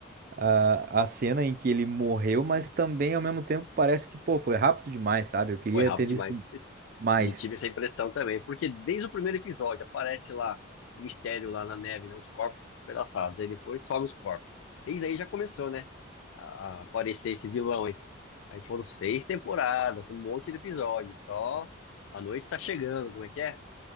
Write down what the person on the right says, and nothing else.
a, a cena em que ele morreu, mas também ao mesmo tempo parece que, pô, foi rápido demais, sabe? Eu queria
ter visto
mais.